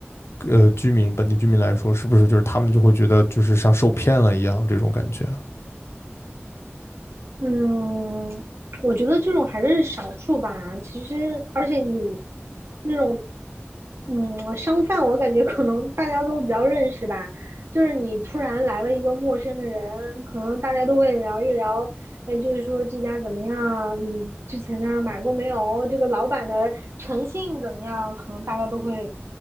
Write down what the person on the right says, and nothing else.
嗯，我觉得这种还是少数吧。其实，而且你那种，嗯，商贩，我感觉可能大家都比较认识吧。就是你突然来了一个陌生的人，可能大家都会聊一聊，哎，就是说这家怎么样？你之前在那儿买过没有？这个老板的诚信怎么样？可能大家都会，